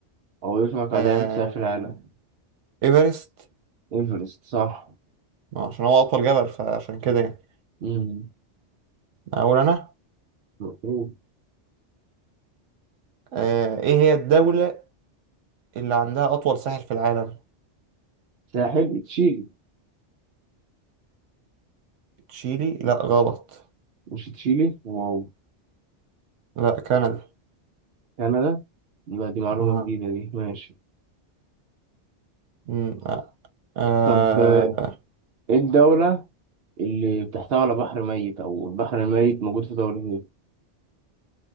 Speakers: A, on the right; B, on the right.
A: او يطلق
B: آه...
A: عليه يعني سقف العالم
B: إيفرست
A: ايفرست صح
B: ما عشان هو أطول جبل فعشان كده يعني
A: مم.
B: أقول أنا
A: قول.
B: آه... إيه هي الدولة اللي عندها أطول ساحل في العالم
A: ساحل تشيلي
B: تشيلي لا غلط
A: مش تشيلي واو
B: لا كندا
A: كندا لا دي معلومة
B: آه.
A: جديدة دي ماشي
B: مم، آه. آه،
A: طب آه، ايه الدولة اللي بتحتوي على بحر ميت او البحر الميت موجود في دولة ايه